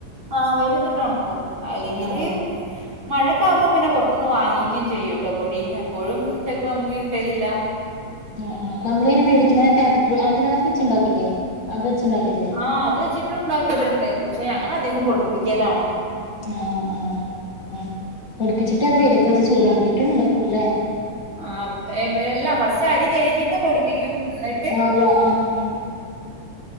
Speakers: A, on the right (about 40°); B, on the left (about 40°).
A: ആഹ് വെയിലത്തിട്ട് ഒണക്കും അല്ലെങ്കില്
B: ആണോ
A: മഴക്കാകുമ്പോൾ പിന്നെ പൊർത്ത്ന്ന് വാങ്ങിക്കും ചെയ്യൂട്ടോ പൊടി എപ്പോഴും ചെൽപ്പോ നമുക്ക് കിട്ടലില്ല.
B: ആഹ് ആഹ് നമ്മളയ്നെ മേടിക്ക്ണെ പാക്കറ്റ് അതിനകത്ത് വെച്ചുണ്ടാക്കില്ലേ അത് വെച്ച് ഇണ്ടാക്കില്ലേ?
A: ആഹ് അത് വെച്ചിട്ടും ഇണ്ടാക്കല്ണ്ട് പക്ഷെ ഞങ്ങള് അധികും പൊടിപ്പിക്കലാണ്.
B: ആഹ് ആഹ് ആഹ് പൊടിപ്പിച്ചിട്ട് അത് വൈലത്ത് വെച്ച് ചൂടാക്കിട്ട് ഉണ്ടാക്കൂല്ലേ.
A: ആഹ് എല്ല ഫസ്റ്റ് അരി കഴുകിട്ട് പൊടിപ്പിക്കും ഇന്ന
B: <unintelligible> ആഹ് ആഹ്